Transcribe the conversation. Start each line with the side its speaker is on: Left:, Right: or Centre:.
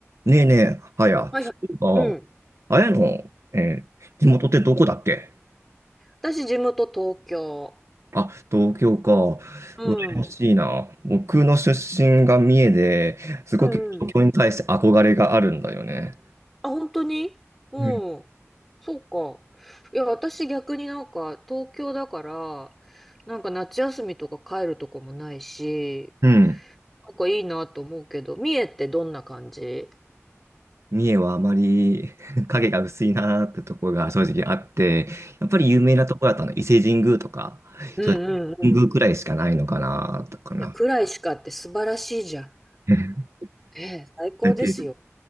Right: ねえねえ、はや、
Centre: はいはい。
Right: そういえば、
Centre: うん。
Right: あやの、えー地元ってどこだっけ
Centre: 私、地元東京。
Right: あ、東京か。
Centre: うん。
Right: 羨ましいな。僕の出身が三重で、すごく東京に対して憧れがあるんだよね。
Centre: うんうん。あ、本当にうん。
Right: うん。
Centre: そうか。いや、私逆になんか東京だから、なんか夏休みとか帰るとこもないし、
Right: うん
Centre: なんかいいなと思うけど、三重ってどんな感じ
Right: 三重はあまり <laughs> 影が薄いなーってところが正直あって、やっぱり有名なところだったの、伊勢神宮とか、
Centre: うんうんうん。
Right: 正直神宮くらいしかないのかな、とかな。
Centre: いや、暗いしかって素晴らしいじゃん。
Right: うん
Centre: ええ、最高ですよ。
Right: そうやって